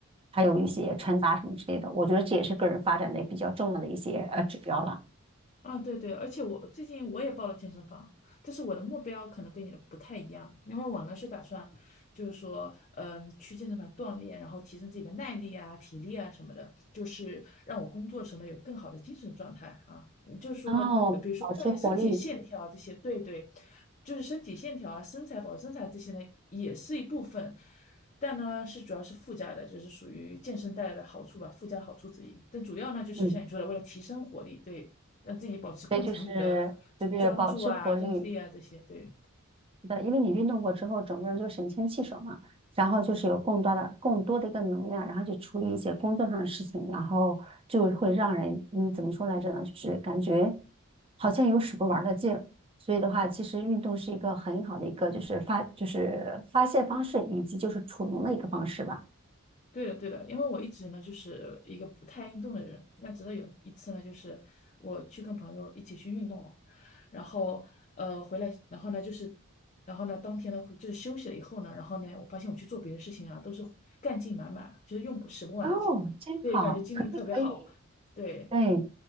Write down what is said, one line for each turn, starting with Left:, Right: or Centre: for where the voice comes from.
Right: 还有一些穿搭什么之类的。我觉得这也是个人发展的比较重要的一些呃指标了。
Left: 啊，对对，而且我最近我也报了健身房，但是我的目标可能跟你的不太一样，因为我呢是打算，就是说，嗯，去健身房锻炼，然后提升自己的耐力啊、体力啊什么的，就是让我工作时呢有更好的精神状态啊，就是说，
Right: 哦，
Left: 呃，比如说锻炼身体线条啊这些，
Right: 保持活力，
Left: 对对，就是身体线条啊、身材保持身材这些呢也是一部分，但呢是主要是附加的，就是属于健身带来的好处吧，附加好处之一。但主要呢就是像你说的，
Right: 嗯，
Left: 为了提升活力，对。让自己保持更长久的
Right: 对，就是对对，
Left: 专注啊、
Right: 保持活力，
Left: 专注力啊这些。对，
Right: 是的，因为你运动过之后，整个人就神清气爽了。然后就是有更多的更多的一个能量，然后去处理一些工作上的事情，然后就会让人，嗯，怎么说来着呢？就是感觉好像有使不完的劲儿。所以的话，其实运动是一个很好的一个，就是发就是发泄方式，以及就是储能的一个方式吧。
Left: 对的，对的，因为我一直呢就是一个不太运动的人，那直到有一次呢，就是我去跟朋友一起去运动了，然后呃回来，然后呢就是。然后呢，当天呢就是休息了以后呢，然后呢，我发现我去做别的事情啊，都是干劲满满，就是用不使不完的劲，
Right: 哦，真好，
Left: 对，感觉精力特别好，
Right: 可以可以，
Left: 对。
Right: 对。